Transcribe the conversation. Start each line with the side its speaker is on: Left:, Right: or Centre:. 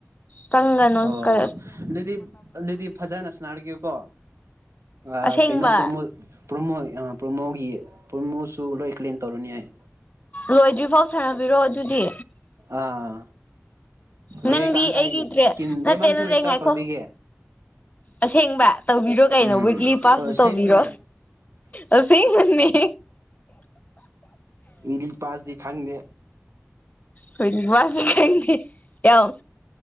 Left: ꯆꯪꯒꯅꯨ
Right: ꯑꯣ
Left: ꯀ
Right: ꯑꯗꯨꯗꯤ ꯑꯗꯨꯗꯤ ꯐꯖꯅ ꯁꯅꯥꯔꯒꯦꯀꯣ ꯑ
Left: ꯑꯁꯦꯡꯕ
Right: ꯀꯩꯅꯣ ꯄ꯭ꯔꯣꯃꯣꯠ ꯄ꯭ꯔꯣꯃꯣ ꯄ꯭ꯔꯣꯃꯣꯒꯤ ꯄ꯭ꯔꯣꯃꯣꯁꯨ ꯂꯣꯏ ꯀ꯭ꯂꯦꯝ ꯇꯧꯔꯅꯤ ꯑꯩ
Left: ꯂꯣꯏꯗ꯭ꯔꯤꯐꯥꯎ ꯁꯥꯟꯅꯕꯤꯔꯣ ꯑꯗꯨꯗꯤ
Right: ꯑꯥ
Left: ꯅꯪꯗꯤ
Right: ꯂꯣꯏꯀꯥꯟꯗ
Left: ꯑꯩꯒꯤ
Right: ꯑꯩ
Left: ꯇ꯭ꯔꯦ
Right: ꯏꯁꯀꯤꯟ
Left: ꯅꯠꯇꯦ
Right: ꯗꯥꯏꯃꯟꯁꯨ
Left: ꯅꯠꯇꯦ
Right: ꯔꯤꯆꯥꯔꯖ
Left: ꯉꯥꯏꯈꯣ
Right: ꯇꯧꯕꯤꯒꯦ
Left: ꯑꯁꯦꯡꯕ ꯇꯧꯕꯤꯔꯣ ꯀꯩꯅꯣ
Right: ꯎꯝ
Left: ꯋꯤꯛꯂꯤ ꯄꯥꯁꯁꯨ
Right: ꯑꯁꯦꯡꯕꯅꯦ
Left: ꯇꯧꯕꯤꯔꯣ ꯑꯁꯦꯡꯕꯅꯦ
Right: <unintelligible> ꯄꯥꯜꯗꯤ ꯈꯪꯗꯦ
Left: ꯈꯣꯏꯗꯤ ꯋꯥꯁꯨ ꯈꯪꯗꯦ ꯌꯥꯝ